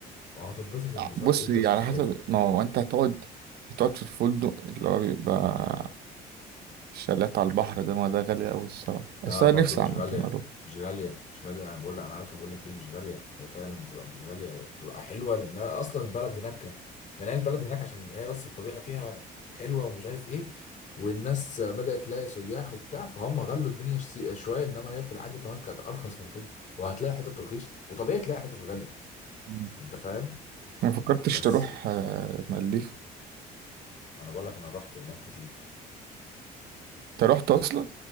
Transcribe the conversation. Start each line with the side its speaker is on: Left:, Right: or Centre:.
Left: وهتتبسط انبساط
Right: بص
Left: انت
Right: هي
Left: مش
Right: على
Left: متخيل
Right: حسب ما هو انت هتقعد هتقعد في الفندق اللي هو بيبقى شالات على البحر ده ما ده غالي قوي الصراحه
Left: لا
Right: بس انا
Left: برضو
Right: نفسي
Left: مش
Right: عامه
Left: غالية
Right: اروح
Left: مش غالية مش غالية أنا بقول لك أنا عارف أنا بقول لك إيه مش غالية هي فعلا بتبقى مش غالية بتبقى حلوة لأن أصلا البلد هناك يعني هي البلد هناك عشان هي بس الطبيعة فيها حلوة ومش عارف إيه والناس بدأت تلاقي سياح وبتاع فهم غلوا الدنيا شس- شوية إنما هي في العادي كمان كانت أرخص من كده وهتلاقي حتت رخيص وطبيعي تلاقي حتت غالية
Right: مم.
Left: أنت فاهم
Right: ما فكرتش
Left: بس
Right: تروح آه، مالديف
Left: أنا بقول لك أنا رحت هناك كتير
Right: انت رحت اصلا